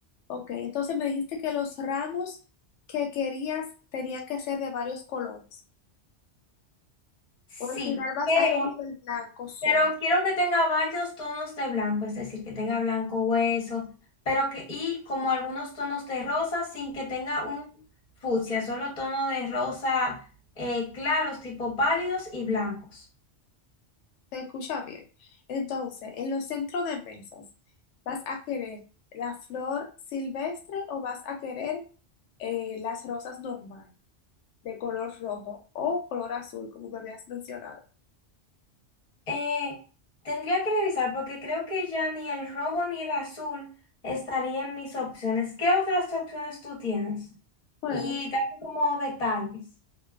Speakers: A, on the left; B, on the left.
A: Ok, entonces me dijiste que los ramos que querías tenían que ser de varios colores.
B: Sí,
A: O al final vas
B: pero,
A: a elegir el blanco solo.
B: pero quiero que tenga varios tonos de blanco, es decir, que tenga blanco hueso, pero que, y como algunos tonos de rosa sin que tenga un fucsia, solo tono de rosa eh, claros, tipo pálidos y blancos.
A: Se escucha bien. Entonces, en los centros de mesas, ¿vas a querer la flor silvestre o vas a querer eh, las rosas normales de color rojo o color azul, como me habías mencionado?
B: Eh, tendría que revisar porque creo que ya ni el rojo ni el azul estaría en mis opciones. ¿Qué otras opciones tú tienes?
A: Bueno,
B: Y dame como detalles.